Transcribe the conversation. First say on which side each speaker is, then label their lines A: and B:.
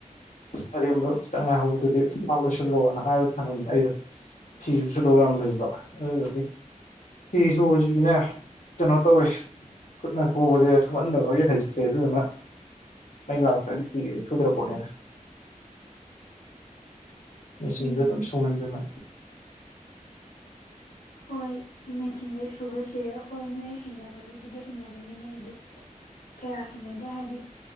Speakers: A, on the left (about 60°); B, on the left (about 80°).
A: ꯑꯔꯦꯝꯕ ꯈꯤꯇꯪ ꯉꯥꯏꯍꯧꯕꯗꯨꯗꯤ ꯃꯥ ꯂꯣꯏꯁꯤꯜꯂꯣꯅ ꯍꯥꯏꯔꯒ ꯊꯝꯂꯝꯃꯦ ꯑꯩꯗꯣ ꯐꯤꯁꯨ ꯁꯨꯗꯧ ꯌꯥꯝ ꯂꯩꯕ ꯑꯗꯨꯗꯒꯤ ꯐꯤ ꯁꯨꯕꯁꯤꯅꯦ ꯀꯩꯅꯣ ꯇꯧꯋꯦ ꯈꯨꯠꯅ ꯁꯨꯕꯁꯦ ꯁꯨꯝꯍꯟꯗꯕꯒꯤ ꯍꯩꯇ꯭ꯔꯦ ꯑꯗꯨꯗꯨꯅ ꯃꯩ ꯂꯥꯛꯇ꯭ꯔꯗꯤ ꯁꯨꯗ꯭ꯔ ꯄꯨꯅꯤ ꯃ ꯆꯗ
B: ꯎꯝ
A: ꯑꯗꯨꯝ ꯁꯨꯃꯟꯗꯅ
B: ꯍꯣꯏ ꯃꯦꯆꯤꯟꯗ ꯁꯁꯦ ꯍꯣꯏ ꯅꯣꯏ ꯍꯩꯅꯕꯒꯤꯕꯨꯗꯤ ꯍꯩꯅꯅꯕꯒꯤꯅꯦ ꯑꯩꯗꯤ ꯀꯌꯥ ꯍꯩꯅꯗꯦ ꯍꯥꯏꯗꯤ